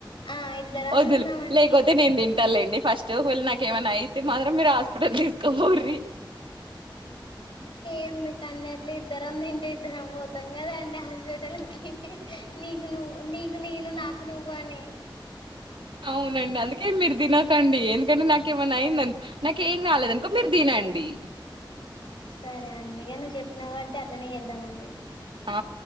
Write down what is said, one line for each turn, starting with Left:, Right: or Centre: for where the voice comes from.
Left: ఆ ఇద్దరం
Right: వద్దులే
Left: తిన్నామండి
Right: లేకపోతే నేను తింటాలెండి ఫస్టాఫాల్ నాకేమైనా అయితే మాత్రం మీరు హాస్పిటల్ తీసుకోపోవురి
Left: ఎందు కన్నట్లు ఇద్దరం తిం ఇద్దరం పోతాం కదండి హ స్వేడేలకి <unintelligible> నీకు నువ్వు నీ నేను నాకు నువ్వాని
Right: అవునండి అందుకే మీరు తినకండి ఎందుకంటే నాకేమన్నా అయిందనుకో నాకు ఏం కాలేదనుకో మీరు తినండి
Left: సరే అండి ఇక నువ్వు చెప్పినా కాబట్టి అట్లా నీ చేద్దామండి
Right: ఆ